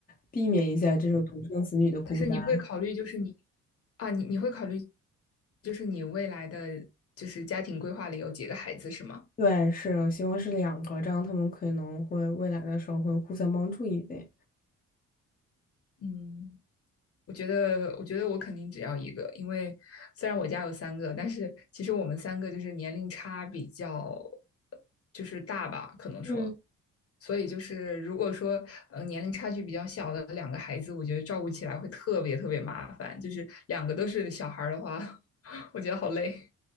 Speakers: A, on the left; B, on the left.
A: 避免一下这种独生子女的孤单。
B: 就是你会考虑，就是你啊，你你会考虑，就是你未来的就是家庭规划里有几个孩子是吗？
A: 对，是，我希望是两个，这样他们可能会未来的时候会互相帮助一点。
B: 嗯。我觉得，我觉得我肯定只要一个，因为虽然我家有三个，但是其实我们三个就是年龄差比较就是大吧，可能说，
A: 嗯，
B: 所以就是如果说呃年龄差距比较小的两个孩子，我觉得照顾起来会特别特别麻烦，就是两个都是小孩儿的话，<laughs> 我觉得好累。